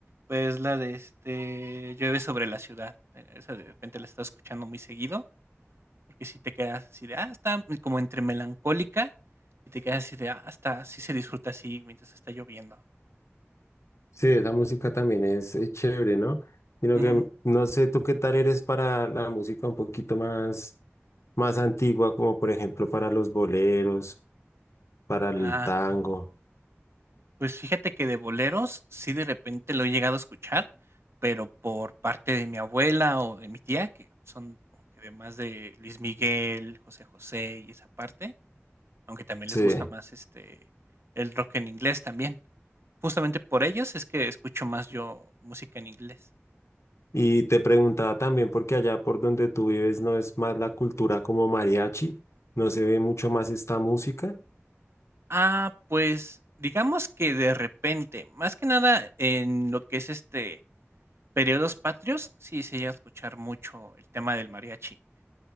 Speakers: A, on the right (about 60°); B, on the left (about 70°).
A: Pues la de este Llueve sobre la ciudad. eh, Esa de repente la estás escuchando muy seguido, porque si te quedas así de, ah, está como entre melancólica y te quedas así de, ah, está, sí se disfruta así mientras está lloviendo.
B: Sí, esa música también es, eh, chévere, ¿no? Sino
A: Ujú.
B: que no sé tú qué tal eres para la música un poquito más, más antigua, como por ejemplo para los boleros, para el
A: Ah.
B: tango.
A: Pues fíjate que de boleros sí de repente lo he llegado a escuchar, pero por parte de mi abuela o de mi tía, que son como que de más de Luis Miguel, José José y esa parte, aunque también
B: Sí.
A: les gusta más este el rock en inglés también. Justamente por ellos es que escucho más yo música en inglés.
B: Y te preguntaba también, porque allá por donde tú vives no es más la cultura como mariachi, no se ve mucho más esta música.
A: Ah, pues digamos que de repente, más que nada en lo que es este periodos patrios, sí se llega a escuchar mucho el tema del mariachi.